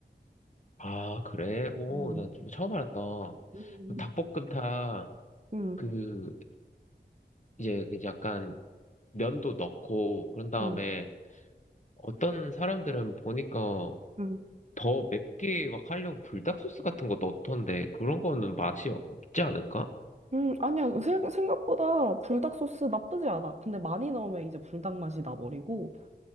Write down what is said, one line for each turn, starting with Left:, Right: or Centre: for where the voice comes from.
Left: 아, 그래? 오,
Right: 음,
Left: 나 뭐 처음 알았다.
Right: 음,
Left: 그 닭볶음탕,
Right: 응,
Left: 그, 이제, 그 약간, 면도 넣고, 그런 다음에,
Right: 응,
Left: 어떤 사람들은 보니까
Right: 응.
Left: 더 맵게 막 하려고 불닭소스 같은 거 넣던데, 그런 거는 맛이 없지 않을까?
Right: 음, 아니야. 세- 생각보다 불닭 소스 나쁘지 않아. 근데 많이 넣으면 이제 불닭 맛이 나버리고,